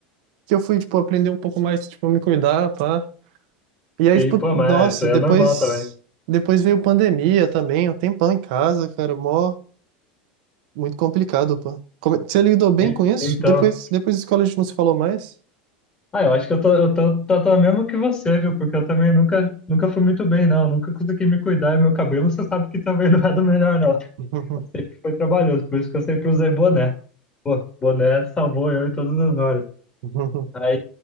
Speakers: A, on the right; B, on the left.
A: que eu fui, tipo, aprender um pouco mais, tipo, me cuidar, pá. E aí,
B: Sim,
A: tipo,
B: pô,
A: nossa,
B: mas isso aí
A: depois,
B: é normal também.
A: depois veio pandemia também, um tempão em casa, cara, mó. Muito complicado, pô. Como- Você lidou bem
B: E-
A: com isso?
B: Então,
A: Depois, depois da escola a gente não se falou mais?
B: ah, eu acho que eu tô, eu tô, tô, tô mesmo que você, viu? Porque eu também nunca, nunca fui muito bem, não. Nunca consegui me cuidar e meu cabelo, você sabe que também <laughs> não é do melhor, não.
A: <laughs> Uhum,
B: Foi trabalhoso, por isso que eu sempre usei boné. Boné salvou eu em todas as horas.
A: uhum,
B: Aí,